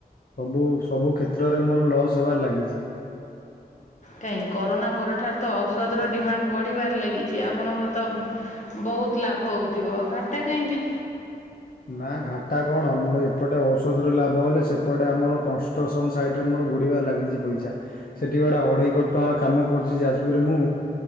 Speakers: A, on the left; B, on the left.
A: ସବୁ ସବୁ କ୍ଷେତ୍ରରେ ମୋର ଲସ୍ ହେବାରେ ଲାଗିଛି।
B: କାହିଁ କରୋନା ପରଠାରେ ତ ଔଷଧର ଡିମାଣ୍ଡ ବଢିବାରେ ଲାଗିଛି ଆପଣଙ୍କର ତ ବହୁତ୍ ଲାଭ ହଉଥିବ ଆଉ ଘାଟା କାହିଁକି?
A: ନାଁ ଡାଟା କଣ ମୁଁ ଏପଟେ ଔଷଧରୁ ଲାଭ ହେଲେ ସେପଟେ ଆମର କଷ୍ଟେର୍ସନ୍ ସାଇଟ୍ ରେ ମୋର ବୁଡ଼ିବାରେ ଲାଗିଚି ପଇସା। ସେଠି ଗଡା ଅଢ଼େଇ କୋଟି ଟଙ୍କାର କାମ କରୁଚି ଯାଜପୁରରେ ମୁଁ